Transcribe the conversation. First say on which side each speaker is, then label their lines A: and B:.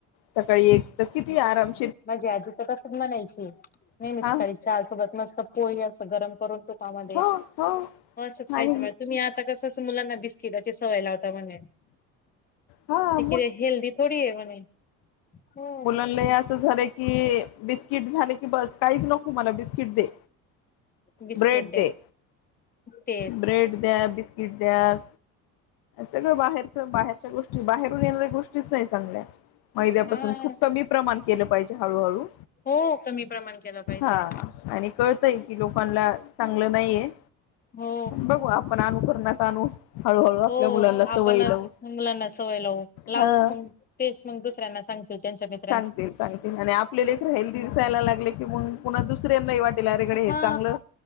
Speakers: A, on the left; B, on the left.
A: सकाळी एक तर किती आराम.
B: माझ्या आधीस तसच म्हणायची. नेहमी
A: हा
B: सकाळी चहा सोबत मस्त पोळी गरम करून तुपामध्ये.
A: हो हो
B: असच खायचं
A: आणि
B: तुम्ही आता कस मुलांना बिस्की बिस्किटाची सवय लावता म्हणे.
A: हा
B: तीची कि हेल्दी थोडी आहे म्हणे. हो
A: मुलांलानाही असं झालंय की. बिस्किट झाले की बस काहीच नको मला बिस्किट दे.
B: बिस्किट
A: ब्रेड
B: डे
A: दे.
B: तेच
A: ब्रेड द्या. बिस बिस्किट द्या सगळं बाहेर. त बाहेरच्या गोष्टी, बाहेरून येणाऱ्या गोष्टीच नाही चांगल्या. मैद्यापासून
B: हा
A: खूप कमी प्रमाण केलं पाहिजे हळूहळू.
B: हो कमी प्रमाण केलं पाहिजे
A: हां, आणि कळतंय कि लोकानला चांगलं नाहीेये,
B: हो
A: बघू आपण आणू करणत आणू हळूहळू.
B: हो
A: मुलांना
B: आपणच
A: सवय लावू
B: मुलांना सवय लावू, लावू
A: हा
B: मंग तेच मंग दुसऱ्यांना सांगतील त्यांच्या मित्
A: सांगते-सांगते आणि आपले लेकरं हेल्दी दिसायला लागले की मंग पुन्हा दुसऱ्यांनाही वाट तिलारेगडे हे
B: हा
A: चांगलं.